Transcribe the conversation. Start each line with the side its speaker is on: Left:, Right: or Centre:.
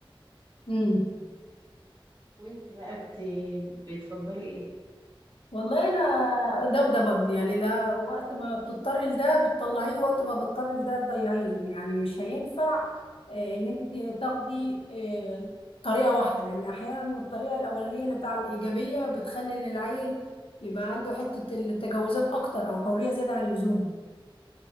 Left: امم
Right: وإنت بقى بت... بتفضلي إيه؟
Left: والله انا ده وده برضه يعني ده وقت ما بتضطري لده بتطلعيه وقت ما بتضطري لده تضيعيه يعني مش هينفع آه، ان انت تاخدي آه، طريقه واحده لان احيانا الطريقه الاولانيه اللي بتاع الايجابيه بتخلي ان العيل يبقى عنده حته التجاوزات اكتر او حريه زياده عن اللزوم